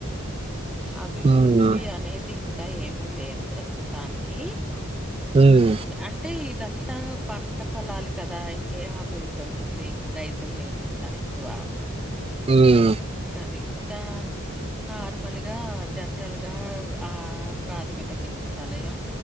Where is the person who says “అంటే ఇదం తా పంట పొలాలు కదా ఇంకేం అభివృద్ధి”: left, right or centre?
Centre